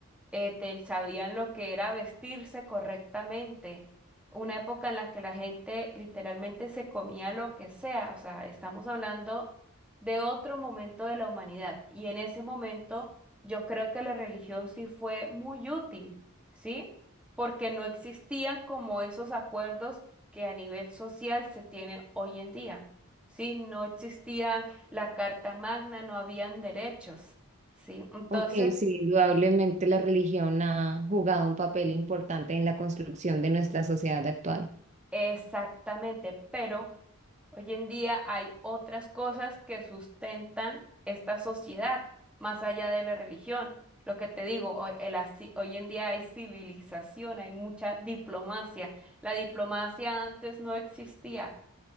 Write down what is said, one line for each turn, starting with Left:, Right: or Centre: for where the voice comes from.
Centre: eh, ten- sabían lo que era vestirse correctamente. Una época en la que la gente literalmente se comía lo que sea, o sea, estamos hablando de otro momento de la humanidad. Y en ese momento yo creo que la religión sí fue muy útil, ¿sí? Porque no existían como esos acuerdos que a nivel social se tienen hoy en día, ¿sí? No existían la Carta Magna, no habían derechos, ¿sí? Entonces,
Right: Ok, sí, indudablemente la religión ha jugado un papel importante en la construcción de nuestra sociedad actual.
Centre: Exactamente, pero hoy en día hay otras cosas que sustentan esta sociedad más allá de la religión. Lo que te digo, hoy, el asi- hoy en día hay civilización, hay mucha diplomacia. La diplomacia antes no existía.